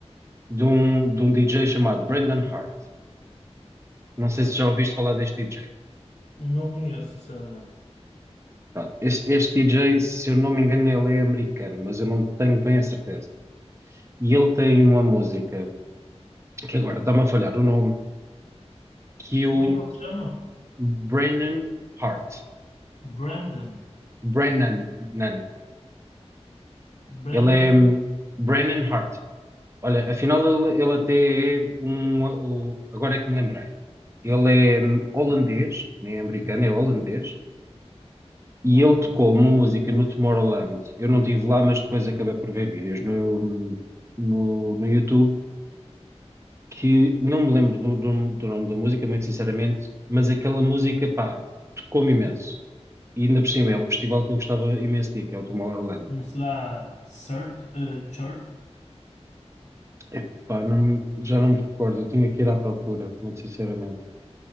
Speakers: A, on the right; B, on the left.
A: de um, de um DJ chamado Brendan Hart.
B: Ok.
A: Não sei se já ouviste falar deste DJ.
B: Não conheço, sinceramente.
A: Pronto, Este, este DJ, se eu não me engano, ele é americano, mas eu não tenho bem a certeza. E ele tem uma música, que agora está-me a falhar o nome, que é
B: Como
A: o
B: é que ele se chama?
A: Brennan Hart.
B: Brandon.
A: Brennan, nan.
B: Brandon.
A: Ele é hum, Brennan Hart. Olha, afinal ele, ele até é um, o- agora é que me lembrei. Ele é hum, holandês, nem é americano, é holandês. E
B: Ok.
A: ele tocou uma música no Tomorrowland. Eu não estive lá, mas depois acabei por ver vídeos no, hum, no, no YouTube que não me lembro do, do- do nome da música, muito sinceramente, mas aquela música, pá, tocou-me imenso. E ainda por cima é um festival que eu gostava imenso de ir, que é o Tomorrowland.
B: Não será Sir, eh, Church?
A: Epá, não, me- já não me recordo, eu tinha que ir à procura, muito sinceramente.